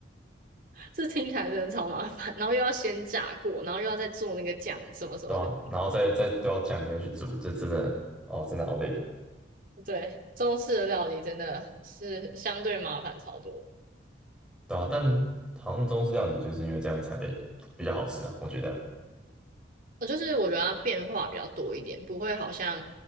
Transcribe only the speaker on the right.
这听起来真的超麻烦，然后又要先炸过，然后又要再做那个酱什么什么的。
对，中式的料理真的是相对麻烦超多。
呃就是我觉得它变化比较多一点，不会好像